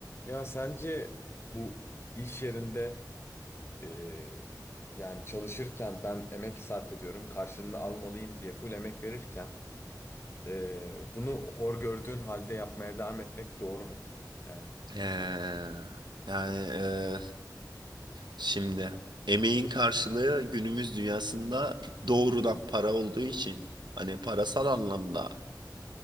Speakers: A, on the left (about 35°); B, on the right (about 85°).
A: Ya sence bu iş yerinde eee, yani çalışırken ben emek sarf ediyorum, karşılığını almalıyım diye full emek verirken eee, bunu hor gördüğün halde yapmaya devam etmek doğru mu? Yani
B: Ee, yani e, şimdi emeğin karşılığı günümüz dünyasında doğrudan para olduğu için hani parasal anlamda